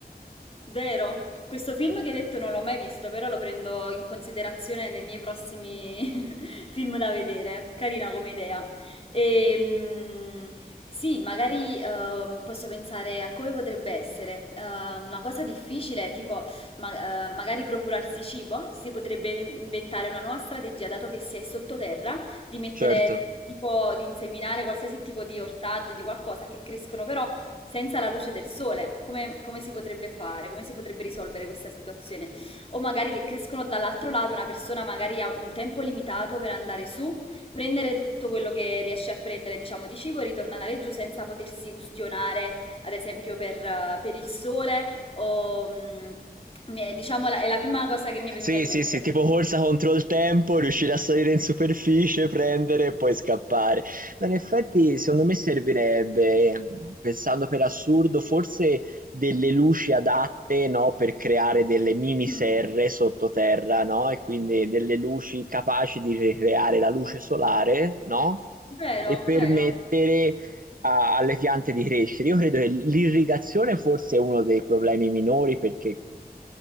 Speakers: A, on the left; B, on the right.
A: Vero, questo film che hai detto non l'ho mai visto, però lo prendo in considerazione nei miei prossimi <laughs> film da vedere. Carina come idea. E, sì, magari ehm, posso pensare a come potrebbe essere. Eh, una cosa difficile, tipo ma- eh, magari procurarsi cibo. Si potrebbe inventare una nuova strategia, dato che si è sottoterra, di mettere
B: Certo.
A: tipo di inseminare qualsiasi tipo di ortaggi, di qualcosa che crescono però senza la luce del sole, come, come si potrebbe fare? Come si potrebbe risolvere questa situazione? O magari che crescono dall'altro lato, una persona magari ha un tempo limitato per andare su, prendere tutto quello che riesce a prendere, diciamo, di cibo e ritornare giù senza potersi ustionare, ad esempio, per, eh, per il sole o... mm, mi è- Diciamo, la- è la prima cosa che mi è venuta
B: Sì,
A: in mente.
B: sì, sì, tipo corsa contro il tempo, riuscire a salire in superficie, prendere e poi scappare. No, In effetti, secondo me servirebbe, pensando per assurdo, forse delle luci adatte, no, per creare delle mini
A: Mm.
B: serre sottoterra, no? E quindi delle luci capaci di ricreare la luce solare, no?
A: Vero,
B: E permettere
A: vero.
B: a- alle piante di crescere. Io credo che l'irrigazione forse è uno dei problemi minori perché